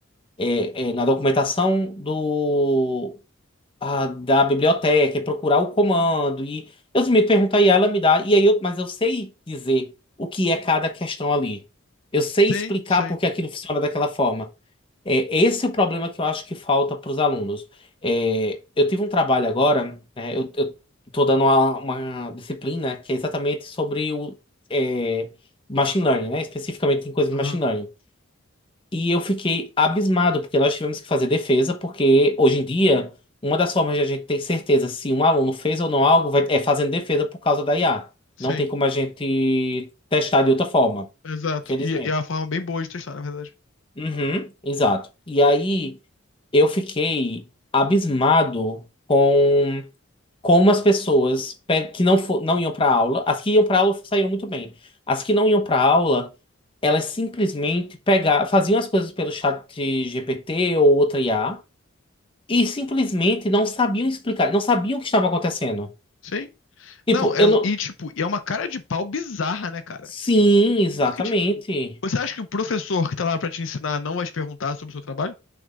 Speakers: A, on the left; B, on the left.
A: é, é, na documentação do ah, da biblioteca e procurar o comando. E eu me pergunto aí, ela me dá. E aí eu, mas eu sei dizer o que é cada questão ali. Eu sei
B: Sim,
A: explicar
B: sim.
A: por que aquilo funciona daquela forma. É esse é o problema que eu acho que falta para os alunos. É, eu tive um trabalho agora, né, eu, eu tô dando uma, uma disciplina que é exatamente sobre o é, machine learning, né? Especificamente em coisas de
B: Aham.
A: machine learning. E eu fiquei abismado, porque nós tivemos que fazer defesa, porque hoje em dia, uma das formas de a gente ter certeza se um aluno fez ou não algo vai- é fazendo defesa por causa da IA.
B: Sim.
A: Não tem como a gente testar de outra forma,
B: Exato.
A: infelizmente.
B: E, e é uma forma bem boa de testar, na verdade.
A: Uhum, exato. E aí eu fiquei abismado com como as pessoas pe- que não, fo- não iam para aula, as que iam para aula saíram muito bem. As que não iam para aula, elas simplesmente pegavam, faziam as coisas pelo chat GPT ou outra IA e simplesmente não sabiam explicar, não sabiam o que estava acontecendo.
B: Sim.
A: Tipo,
B: Não, é,
A: eu
B: o-
A: não.
B: e tipo, e é uma cara de pau bizarra, né, cara?
A: Sim, exatamente.
B: Porque, tipo, você acha que o professor que tá lá pra te ensinar não vai te perguntar sobre o seu trabalho?